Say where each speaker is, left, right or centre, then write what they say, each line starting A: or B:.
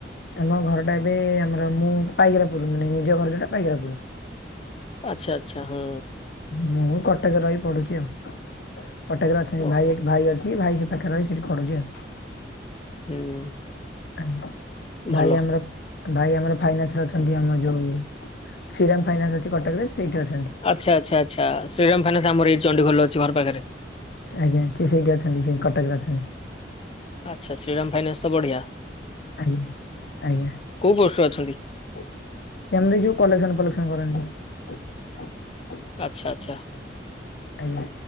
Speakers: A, on the left; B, on the left.
A: ଆମ ଘର ଟା ଏବେ ଆମର ମୁଁ ପାଇକରା ପୁର ମାନେ ନିଜ ଘରାଟା ପାଇକରା ପୁର।
B: ଆଚ୍ଛା ଆଚ୍ଛା ହଁ
A: ମୁଁ କଟକରେ ରହି ପଡୁଛି ଆଉ କଟକରେ ଅଛନ୍ତି
B: ଓହୋ
A: ଭାଇ ଭାଇ ଅଛନ୍ତି। ସେ ଭାଇ ସେ ପାଖରେ ରହି ସେଠି ପଢୁଛି ଆଉ।
B: ହୁଁ
A: ଆଜ୍ଞା
B: ଭଲ
A: ଭାଇ ଆମର ଭାଇ ଆମର ଫାଇନାନ୍ସ ରେ ଅଛନ୍ତି ଆମ ଯୋଉ ଶ୍ରୀରାମ ଫାଇନାନ୍ସ ଅଛି କଟକରେ ସେଇଠି ଅଛନ୍ତି।
B: ଆଚ୍ଛା ଆଚ୍ଛା ଆଚ୍ଛା ଶ୍ରୀରାମ ଫାଇନାନ୍ସ ଆମ ଏଇ ଚଣ୍ଡି ଖୋଲ ଅଛି ଘର ପାଖରେ।
A: ଆଜ୍ଞା ସେ ସେଇଠି ଅଛନ୍ତି ସେ କଟକରେ ଅଛନ୍ତି।
B: ଆଚ୍ଛା ଶ୍ରୀରାମ ଫାଇନାନ୍ସ ତ ବଢ଼ିଆ।
A: ଆଜ୍ଞା ଆଜ୍ଞା।
B: କୋଉ ପୋଷ୍ଟରେ ଅଛନ୍ତି
A: <unintelligible> ଯୋଉ କଲେକ୍ସନ୍ ଫଲେକ୍ସନ କରନ୍ତି।
B: ଆଚ୍ଛା ଆଚ୍ଛା।
A: ଆଜ୍ଞା